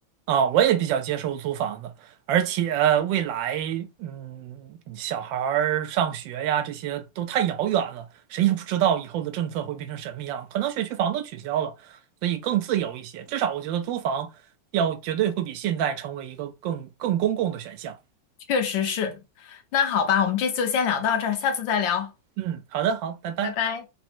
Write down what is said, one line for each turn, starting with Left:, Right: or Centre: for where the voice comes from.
Right: 啊，我也比较接受租房子，而且呃未来，嗯，小孩儿上学呀，这些都太遥远了，谁也不知道以后的政策会变成什么样，可能学区房都取消了，所以更自由一些。至少我觉得租房要绝对会比现在成为一个更更公共的选项。
Left: 确实是。那好吧，我们这次就先聊到这儿，下次再聊，
Right: 嗯，好的，好，拜拜。
Left: 拜拜。